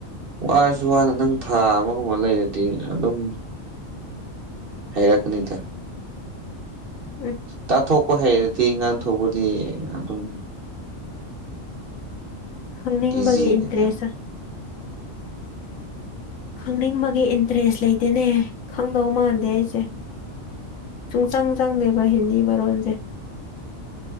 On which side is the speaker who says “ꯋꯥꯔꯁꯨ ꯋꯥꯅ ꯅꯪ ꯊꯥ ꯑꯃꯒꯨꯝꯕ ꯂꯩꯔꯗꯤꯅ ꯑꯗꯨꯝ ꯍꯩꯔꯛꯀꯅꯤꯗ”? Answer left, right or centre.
Right